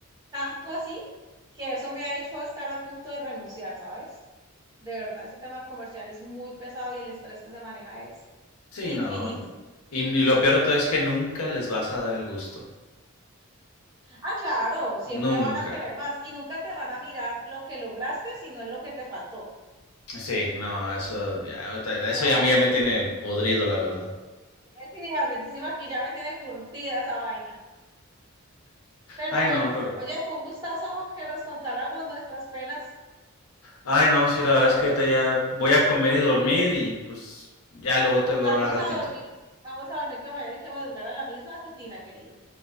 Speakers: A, on the right; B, on the left.
A: tanto así que eso me ha hecho estar a punto de renunciar, ¿sabes? De verdad, ese tema comercial es muy pesado y el estrés que se maneja es
B: Sí,
A: infinito.
B: no. Y, y lo peor de todo es que nunca les vas a dar el gusto.
A: Ah, claro, siempre
B: Nunca.
A: van a querer más y nunca te van a mirar lo que lograste, sino en lo que te faltó.
B: Sí, no, eso ya, ahorita-
A: Pero
B: eso ya a mí ya me tiene podrido, la verdad.
A: Eh, Sí, a veces sí, aquí ya me tiene curtida esa vaina. Pero
B: Ay,
A: bueno,
B: no, pero.
A: oye, fue un gustazo que nos contáramos nuestras penas.
B: Ay, no, sí, la verdad
A: Pero
B: es
A: bueno,
B: que ahorita ya voy a comer y dormir y pues ya luego te
A: vamos
B: veo en el ratito.
A: a dormir. Vamos a dormir que me voy a tener que madrugar a la misma rutina, querido.